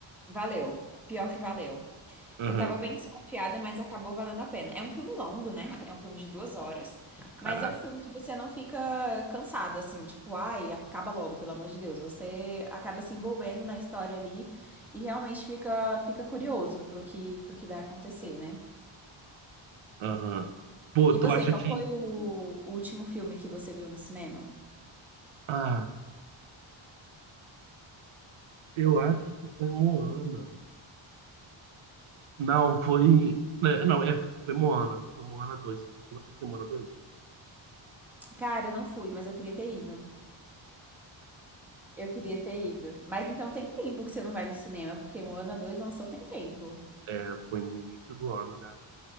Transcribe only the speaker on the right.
Aham,
caraca.
Aham. Pô,
tu
acha
que.
Ah, eu acho que foi Moana. Não, foi. né, Não, é, foi Moana. Foi Moana dois Você chegou a assistir Moana dois
É, foi no início do ano, né?